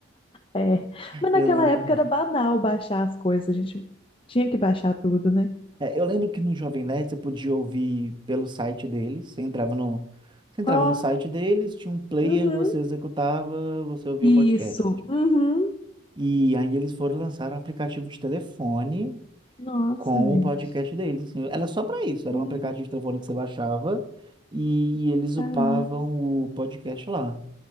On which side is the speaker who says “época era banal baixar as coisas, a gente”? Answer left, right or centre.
Left